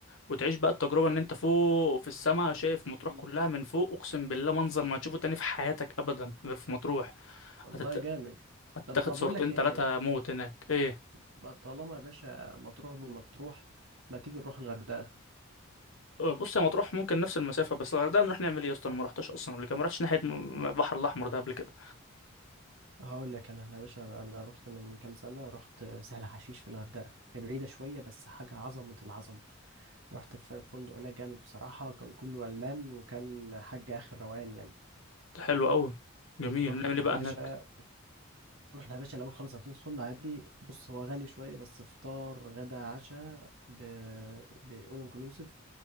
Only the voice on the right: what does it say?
<laughs> مم.
والله
جامد
طب ما بقول
لك ايه
ما طالما يا باشا مطروح بمطروح ما تيجي نروح الغردقه
هقول لك انا أنا يا باشا انا أنا رحت من كام سنه رحت سهل حشيش في الغردقه هي بعيده شويه بس حاجه عظمه العظمه رحت في فندق هناك جامد بصراحه كان كله المان وكان حاجه اخر روقان يعني
رحنا
يا
باشا
رحنا يا باشا الاول خالص هتدخل عادي بص هو غالي شويه بس فطار غدا عشاء ب بأول انكلوسيف